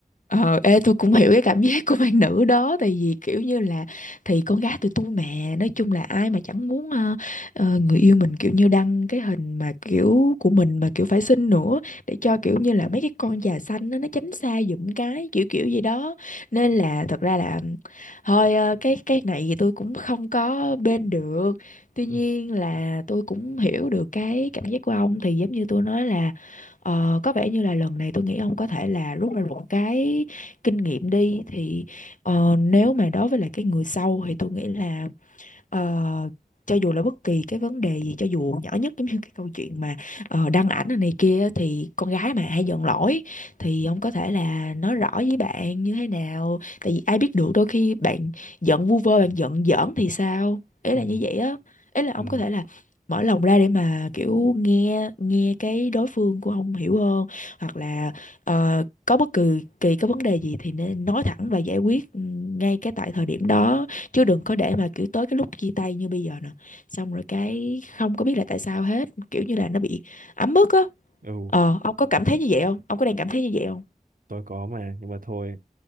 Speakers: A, on the left (about 60°); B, on the right (about 70°).
A: Ờ, ê tôi cũng hiểu cái cảm giác của bạn nữ đó tại vì kiểu như là thì con gái tụi tôi mà nói chung là ai mà chẳng muốn ờ, ờ, người yêu mình kiểu như đăng cái hình mà kiểu của mình mà kiểu phải xinh nữa để cho kiểu như là mấy cái con già xanh nó nó tránh xa giùm cái kiểu kiểu gì đó nên là thật ra là thôi ờ, cái cái này thì tôi cũng không có bên được tuy
B: <laughs>
A: nhiên
B: ừ,
A: là tôi cũng hiểu được cái cảm giác của ông thì giống như tôi nói là Ờ, có vẻ như là lần này tôi nghĩ ông có thể là rút ra một cái kinh nghiệm đi thì ờ, nếu mà đối với lại cái người sau thì tôi nghĩ là Ờ, cho dù là bất kỳ cái vấn đề gì cho dù nhỏ nhất giống như cái câu chuyện mà ờ, đăng ảnh này này kia á, thì con gái mà hay giận lỗi thì ông có thể là nói rõ với bạn như thế nào tại vì ai biết được đôi khi bạn giận vu vơ bạn giận giỡn thì sao ý
B: ừ,
A: là như vậy á ý là ông
B: ừ,
A: có thể là mở lòng ra để mà kiểu nghe nghe cái đối phương của ông hiểu hơn hoặc là ờ, có bất kỳ kỳ cái vấn đề gì thì nên nói thẳng và giải quyết ừ, ngay cái tại thời điểm đó chứ đừng có để mà kiểu tới cái lúc chia tay như bây giờ nè xong rồi cái không có biết là tại sao hết kiểu như là nó bị ấm ức á
B: ừ,
A: ờ ông có cảm thấy như vậy không ông có đang cảm thấy như vậy không
B: tôi có mà nhưng mà thôi